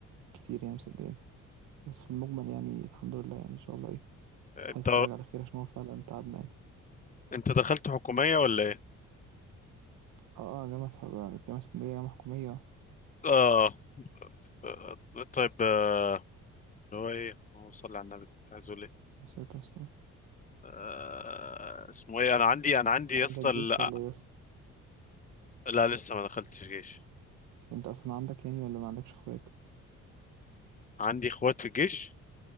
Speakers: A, on the right; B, on the left.
A: كتير يعني مسجّلينها. بس في المجمل يعني الحمد لله يعني ان شاء الله ايه
B: انت
A: هيتخرج على خير عشان هو فعلا تعبنا يعني
B: انت دخلت حكومية ولا ايه
A: اه اه جامعة حك- جامعة اسكندرية جامعة حكومية
B: اه آه، طيب آه، اللي هو ايه هو صلي على النبي كنت عايز اقول ايه
A: يا ساتر يا ساتر.
B: آه، اسمه ايه انا عندي انا عندي
A: انت
B: يا
A: عندك
B: اسطى
A: جيش
B: لا
A: ولا ايه بس
B: لا، لسه ما دخلتش جيش
A: انت اصلا عندك يعني ولا ما عندكش اخوات
B: عندي اخوات في الجيش